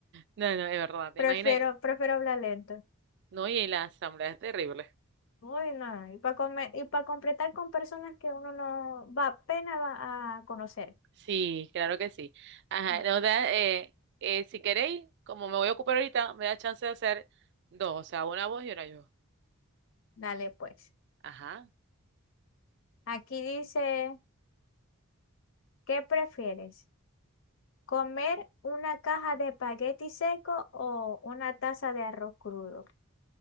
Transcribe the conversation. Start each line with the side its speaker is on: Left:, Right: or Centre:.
Right: No, no, es verdad.
Left: <laughs>
Right: ¿Te
Left: Prefiero,
Right: imaginas?
Left: prefiero hablar lento.
Right: No, y la asamblea es terrible.
Left: Uy, no. Y para y para completar con personas que uno no va apenas va a conocer.
Right: Sí, claro que sí. Ajá.
Left: No,
Right: O sea, eh, eh, si queréis, como me voy a ocupar ahorita, me da chance de hacer dos, o sea, una vos y una yo.
Left: dale pues.
Right: Ajá.
Left: Aquí dice, ¿qué prefieres? ¿Comer una caja de espagueti seco o una taza de arroz crudo?